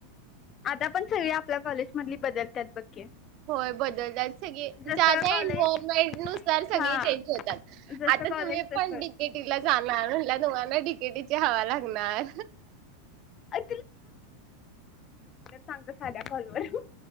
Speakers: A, on the left; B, on the right.
A: आता पण- सगळी आपल्या कॉलेज मधली बदलतात बघ. की
B: होय, बदलतात सगळी ज्या
A: जसं
B: ज्या
A: कॉलेज
B: एनव्हायरमेंट नुसार सगळी
A: हा
B: चेंज होतात.
A: जसं
B: आता
A: कॉलेज
B: तुम्ही
A: तसं
B: पण डी के टीला जाणार म्हणल तुम्ह - डी के टी ची हवा लागणार.
A: अरे सांगते साध्या कॉलवर.